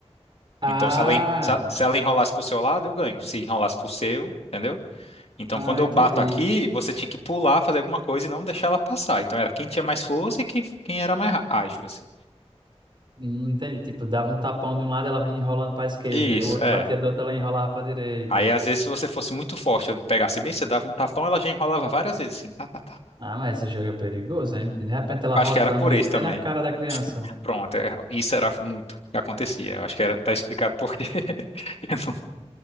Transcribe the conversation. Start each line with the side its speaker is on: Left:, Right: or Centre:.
Right: Ah,
Left: Então se ela, en- se ela se ela enrolasse pro seu lado, eu ganho. Se enrolasse pro seu, entendeu? Então,
Right: ah,
Left: quando eu
Right: entendi.
Left: bato aqui, você tinha que pular, fazer alguma coisa e não deixar ela passar. Então, era quem tinha mais força e quem, quem era mais ra- ágil, assim.
Right: Hum, Entendi. Tipo, dava um tapão de um lado, ela vinha enrolando para a esquerda.
Left: Isso,
Right: Aí o outro
Left: é.
Right: batia do outro, ela enrolava para a direita.
Left: Aí, às vezes, se você fosse muito forte, eu pegasse bem, você dava um tapão, ela já enrolava várias vezes, assim, tá, tá, tá.
Right: Ah, mas esse jogo é perigoso, hein? De repente ela
Left: Acho
Right: rodando,
Left: que era por
Right: metendo
Left: isso também.
Right: na cara da criança.
Left: Pronto, é, isso era muito o que acontecia. Eu Acho que era, tá explicado por quê. <laughs> Eu não-